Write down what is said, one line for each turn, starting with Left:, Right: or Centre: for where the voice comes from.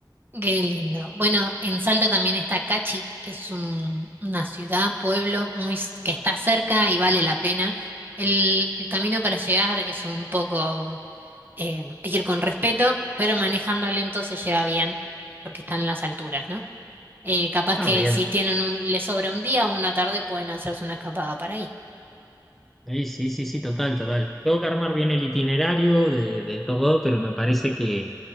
Right: Qué lindo. Bueno, en Salta también está Cachi, que es un- una ciudad, pueblo, muy, s- que está cerca y vale la pena. El, el camino para llegar es un poco, eh, hay que ir con respeto, pero manejando lento se llega bien, porque están en las alturas, ¿no? Eh, capaz
Centre: Ah,
Right: que
Centre: bien.
Right: si tienen un, les sobra un día o una tarde, pueden hacerse una escapada para ahí.
Centre: Sí, sí, sí, sí, total, total. Tengo que armar bien el itinerario de, de todo, pero me parece que